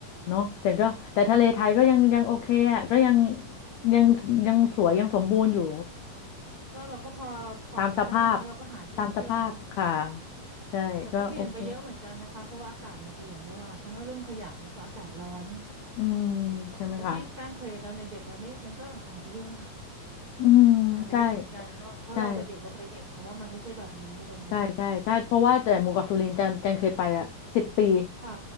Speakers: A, on the left; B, on the right.
A: เนาะแต่ก็แต่ทะเลไทยก็ยังยังโอเคอ่ะก็ยังยังยังสวยยังสมบูรณ์อยู่
B: ก็เราก็พอพอพอได้เพราะเราก็หาที่เที่ยวเนาะ
A: ตามสภาพตามสภาพค่ะใช่ก็โอเค
B: แต่ก็เปลี่ยนไปเยอะเหมือนกันนะคะเพราะว่าอากาศมันเปลี่ยนด้วยล่ะค่ะทั้งเรื่องขยะแล้วก็อากาศร้อน
A: อืมใช่ไหมคะ
B: ไอ้ที่แป้งเคยตอนเด็กๆมันไม่มันก็หายไปเยอะแล้วค่ะ
A: อืมใช่
B: หายไปเยอะเหมือนกันก็เพราะเราแต่เด็กเราเคยเห็นไงว่ามันไม่ใช่แบบนี้อะไรเงี้ย
A: ใช่ใช่ใช่ใช่เพราะว่าแต่หมู่เกาะสุรินทร์จันจันเคยไปอะสิบปี
B: ค่ะ